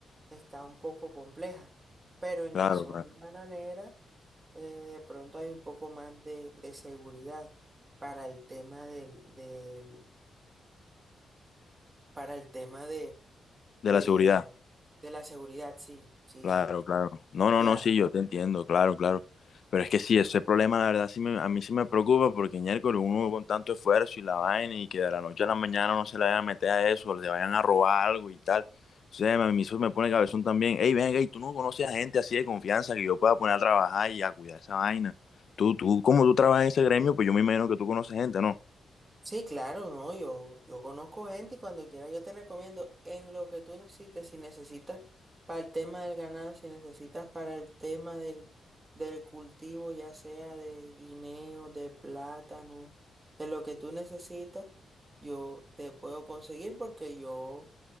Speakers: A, on the right; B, on the left.
A: está un poco compleja, pero en
B: Claro,
A: la zona
B: claro.
A: bananera eh, de pronto hay un poco más de, de seguridad para el tema del, del, para el tema de, de,
B: de la seguridad.
A: de la seguridad, sí, sí,
B: Claro,
A: sí,
B: claro. No, no,
A: ya.
B: no, sí, yo te entiendo, claro, claro. Pero es que sí, ese problema, la verdad, sí me- a mí sí me preocupa porque miércoles uno con tanto esfuerzo y la vaina y que de la noche a la mañana no se le vayan a meter a eso, le vayan a robar algo y tal. O sea, a mí eso me pone cabezón también. Ey, venga, y tú no conoces a gente así de confianza que yo pueda poner a trabajar y a cuidar esa vaina. Tú, tú, como tú trabajas en ese gremio, pues yo me imagino que tú conoces gente, ¿no?
A: Sí, claro, no, yo, yo conozco gente y cuando quieras yo te recomiendo en lo que tú necesites, si necesitas para el tema del ganado, si necesitas para el tema del, del cultivo, ya sea de guineo, de plátano, de lo que tú necesitas, yo te puedo conseguir porque yo